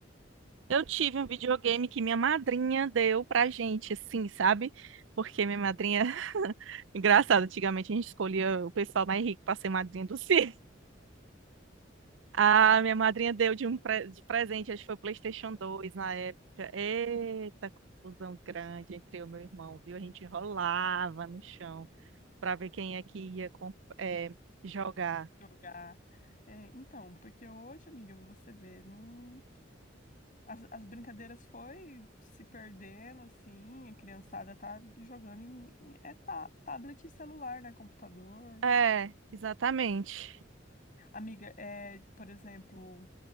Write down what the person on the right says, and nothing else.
Eu tive um videogame que minha madrinha deu pra gente, assim, sabe? Porque minha madrinha. <laughs> Engraçado, antigamente a gente escolhia o pessoal mais rico pra ser madrinha do circo. Ah, minha madrinha deu de um pre- de presente, acho que foi o PlayStation 2 na época. Eita, confusão grande entre eu e meu irmão, viu? A gente rolava no chão pra ver quem é que ia com- é, jogar.
É, exatamente.